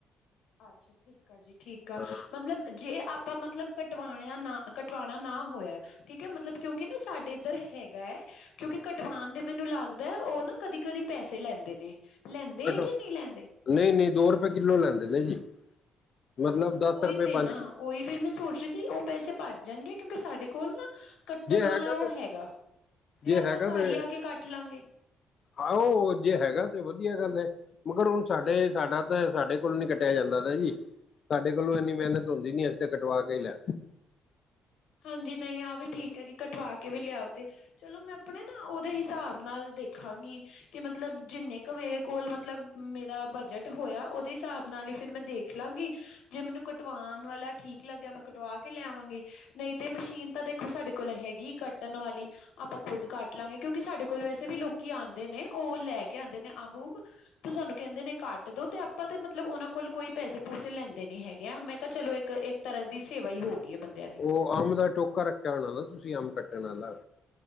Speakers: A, on the left; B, on the left.
A: ਅੱਛਾ, ਠੀਕ ਆ ਜੀ, ਠੀਕ ਆ,
B: ਹਾਂ
A: ਮਤਲਬ ਜੇ ਆਪਾਂ ਮਤਲਬ ਕਟਵਾਣਿਆਂ ਨਾ ਕਟਵਾਉਣਾ ਨਾ ਹੋਇਆ, ਠੀਕ ਹੈ ਮਤਲਬ ਕਿਉਂਕਿ ਨਾ ਸਾਡੀ ਇੱਧਰ ਹੈਗਾ ਹੈ, ਕਿਉਂਕਿ ਕਟਵਾਨ ਦੇ ਮੈਨੂੰ ਲੱਗਦਾ ਹੈ ਉਹ ਨਾ ਕਦੀ ਕਦੀ ਪੈਸੇ ਲੈਂਦੇ ਨੇ। ਲੈਂਦੇ
B: ਕਟ
A: ਕਿ ਨੀ ਲੈਂਦੇ।
B: ਨਹੀਂ ਨਹੀਂ ਦੋ ਰੁਪਏ ਕਿੱਲੋ ਲੈਂਦੇ ਨੇ ਜੀ, ਮਤਲਬ
A: ਅੱਛਾ
B: ਦਸ
A: ਉਹੀ
B: ਰੁਪਏ
A: ਤੇ
B: ਪੰਜ
A: ਨਾ
B: ਕਿ
A: ਉਹੀ ਫਿਰ ਮੈਂ ਸੋਚ ਰਹੀ ਸੀ, ਉਹ ਪੈਸੇ ਬੱਚ ਜਾਣਗੇ ਕਿਉਂਕਿ ਸਾਡੇ ਕੋਲ ਨਾ ਕੱਟਣ
B: ਜੇ ਹੈਗਾ
A: ਵਾਲਾ
B: ਤੇ
A: ਉਹ ਹੈਗਾ, ਤੇ
B: ਜੇ
A: ਆਪਾਂ
B: ਹੈਗਾ
A: ਘਰ
B: ਤੇ
A: ਹੀ ਆ ਕੇ ਕੱਟ ਲਾਂਗੇ।
B: ਆਹੋ ਜੇ ਹੈਗਾ ਤੇ ਵਧੀਆ ਗੱਲ ਐ। ਮਗਰ ਹੁਣ ਸਾਡੇ ਸਾਡਾ ਤਾਂ ਸਾਡੇ ਕੋਲ ਨੀ ਕੱਟਿਆ ਜਾਂਦਾ ਨਾ ਜੀ। ਸਾਡੇ ਕੋਲੋਂ ਇੰਨੀ ਮਿਹਨਤ ਹੁੰਦੀ ਨੀ ਅਸੀਂ ਤੇ ਕਟਵਾ ਕੇ ਹੀ ਲਿਆਂਦੇ।
A: ਹਾਂਜੀ, ਨਹੀਂ ਆਹ ਵੀ ਠੀਕ ਐ ਜੀ ਕਟਵਾ ਕੇ ਵੀ ਲਿਆਓ ਤੇ ਚਲੋ ਮੈਂ ਆਪਣੇ ਨਾ ਦੇ ਹਿਸਾਬ ਨਾਲ ਦੇਖਾਂਗੀ। ਕਿ ਮਤਲਬ ਜਿੰਨੇ ਕ ਮੇਰੇ ਕੋਲ ਮਤਲਬ ਮੇਰਾ ਬਜਟ ਹੋਇਆ ਉਹਦੇ ਹਿਸਾਬ ਨਾਲ ਹੀ ਫਿਰ ਮੈਂ ਦੇਖ ਲਾਂਗੀ ਜੇ ਮੈਨੂੰ ਕੱਟਵਾਣ ਵਾਲਾ ਠੀਕ ਲੱਗਿਆ ਮੈਂ ਕੱਟਵਾ ਕੇ ਲਿਆਵਾਂਗੀ। ਨਹੀਂ, ਤੇ ਮਸ਼ੀਨ ਤਾਂ ਦੇਖੋ ਸਾਡੇ ਕੋਲ ਹੈਗੀ ਕੱਟਣ ਵਾਲੀ। ਆਪਾਂ ਖੁੱਦ ਕੱਟ ਲਾਂਗੇ ਕਿਉਂਕਿ ਸਾਡੇ ਕੋਲ ਵੈਸੇ ਵੀ ਲੋਕੀ ਆਂਦੇ ਨੇ ਉਹ ਲੈ ਕੇ ਆਂਦੇ ਨੇ ਅੰਬ ਉਂਬ। ਤੇ ਸਾਨੂੰ ਕਹਿੰਦੇ ਨੇ ਕੱਟ ਦੋ, ਤੇ ਆਪਾਂ ਤੇ ਮਤਲਬ ਉਹਨਾਂ ਕੋਲ ਕੋਈ ਪੈਸੇ ਪੂਸੇ ਲੈਂਦੇ ਨੀ ਹੈਗੇ। ਆ ਮੈਂ ਕਿਹਾ ਚਲੋ ਇੱਕ ਇ ਤਰ੍ਹਾਂ ਦੀ ਸੇਵਾ ਹੀ ਹੋ ਗਈ ਏ ਬੰਦਿਆਂ ਦੀ।
B: ਉਹ ਅੰਬ ਦਾ ਟੋਕਾ ਰੱਖਿਆ ਹੋਣਾ ਨਾ ਤੁਸੀਂ ਅੰਬ ਕੱਟਣ ਆਲਾ।